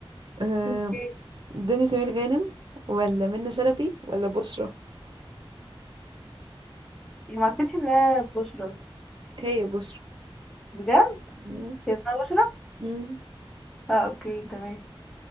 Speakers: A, on the right; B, in the centre.
A: آه
B: اوكي
A: دنيا سمير غانم ولا منى شلبي ولا بشرى
B: ما اعتقدش انها بشرى
A: هي بشرى
B: بجد
A: مم.
B: هي اسمها بشرى
A: مم.
B: اه اوكي تمام